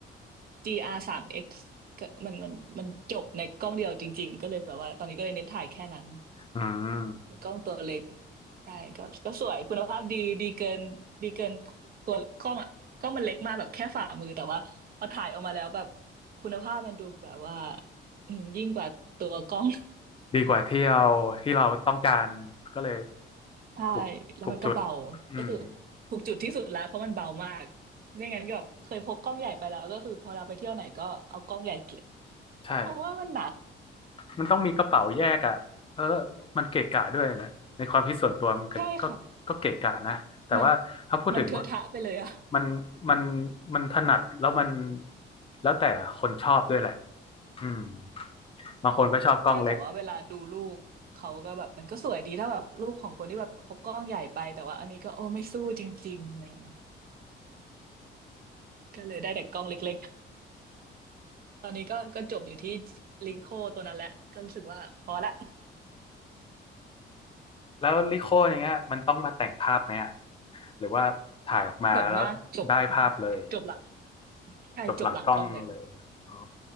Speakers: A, on the right; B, on the left.
A: จีอาริโอ GR 3X ก็มันมันมันจบในกล้องเดียวจริงๆก็เลยแบบว่าตอนนี้ก็เลยเน้นถ่ายแค่นั้น
B: อืม
A: ในกล้องตัวเล็กใช่ก็ก็สวยคุณภาพดีดีเกินดีเกินตัวกล้องอ่ะกล้องมันเล็กมากแบบแค่ฝ่ามือแต่ว่าพอถ่ายออกมาแล้วแบบ คุณภาพมันดูแบบว่าอืมยิ่งกว่าตัวกล้อง <laughs>
B: ดีกว่าที่เราที่เราต้องการก็เลย
A: ใช่
B: ถูกถูกจุด
A: แล้วมันก็เบา
B: อืม
A: ก็คือถูกจุดที่สุดแล้วเพราะมันเบามากไม่งั้นก็แบบเคยพกกล้องใหญ่ไปแล้วก็คือพอเราไปเที่ยวไหนก็เอากล้องใหญ่เก็บ
B: ใช่
A: เพราะว่ามันหนัก
B: มันต้องมีกระเป๋าแยกอ่ะเออมันเกะกะด้วยนะในความคิดส่วนตัวมันก็ก็ก็เกะกะนะแต่ว่าถ้าพูดถึงว่า
A: ใช่ค่ะมันมันเทอะทะไปเลยอะ
B: มันมันมันถนัดแล้วมันแล้วแต่คนชอบด้วยแหละอืมบางคนก็ชอบกล้องเล็ก
A: ใช่แต่ว่าเวลาดูรูปเขาก็แบบมันก็สวยดีถ้าแบบรูปของคนที่แบบพกกล้องใหญ่ไปแต่ว่าอันนี้ก็โอ้ไม่สู้จริงๆอะไรอย่างเงี้ยค่ะก็เลยได้แต่กล้องเล็ก ตอนนี้ก็ก็จบอยู่ที่ลีโคตัวนั้นแหละก็รู้สึกว่าพอละ
B: แล้วลิโคเนี้ยมันต้องมาแต่งภาพไหมอ่ะหรือว่าถ่ายออกมาแล้วได้ภาพเลย
A: <laughs> ส่วนมากจบจบหลังใช่จบหลังกล้องเลยค่ะ
B: จบหลังกล้องเลยอ๋อ